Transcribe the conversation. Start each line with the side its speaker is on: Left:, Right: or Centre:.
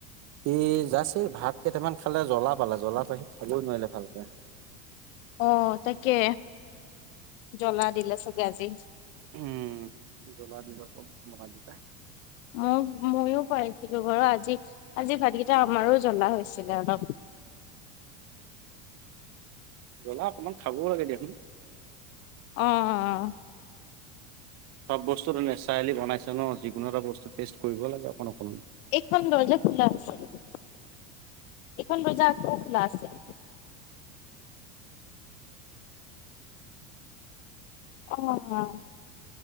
Right: এ জাষ্ট এই ভাত কেইটামান খালে জ্বলা পালে জ্বলা পাহি খাবই নোৱাৰিলে ভালকে।
Left: অ', তাকে, জ্বলা দিলে চাগে আজি?
Right: উম, জ্বলা <unintelligible>
Left: মই-মইও পাইছিলো বাৰু আজি, আজি ভাতকেইটা আমাৰো জ্বলা হৈছিলে অলপ।
Right: জ্বলা অকমান খাবও লাগে দিয়াচোন।
Left: অ', অ', অ'।
Right: চব বস্তুটো নেচাৰেলি বনাইছে নহ, যিকোনো এটা বস্তু টেষ্ট কৰিব লাগে অকণ অকণ।
Left: এইখন দৰ্জা খোলা আছে, এইখন দৰ্জা আকৌ খোলা আছে। অ',